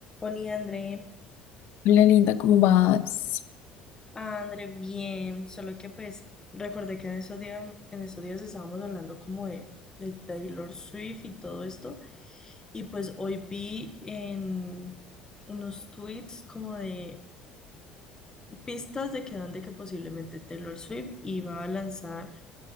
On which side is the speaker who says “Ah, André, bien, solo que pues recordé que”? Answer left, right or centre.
Left